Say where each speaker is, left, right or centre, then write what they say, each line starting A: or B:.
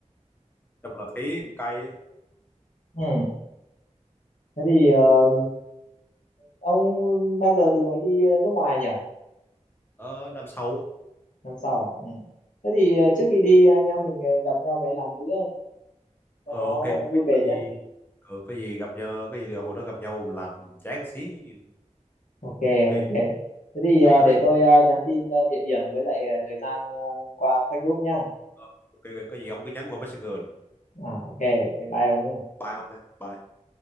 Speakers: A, on the left (about 15°); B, on the left (about 85°).
A: trong là khí cũng cay á.
B: ừ thế thì ờ, ông bao giờ thì mới đi nước ngoài nhỉ
A: ờ, năm sau
B: năm sau à? ừ. thế thì ờ, trước khi đi anh em mình ờ, gặp nhau cái làm bữa cho
A: ờ,
B: nó
A: ok có,
B: vui vẻ
A: có gì
B: nhé
A: ờ, có gì gặp nhau có gì là hồi đó gặp nhau làm chán xí
B: ok
A: cũng ok
B: ok thế thì ờ,
A: chỗ tới
B: để
A: bấy luôn
B: tôi ờ, nhắn tin ờ, địa điểm với lại ờ, thời gian ờ, qua Facebook nhá
A: Ờ, ok ok, có gì ông cứ nhắn qua Messenger được
B: à, ok bye bye ông nhé
A: bye ông đây bye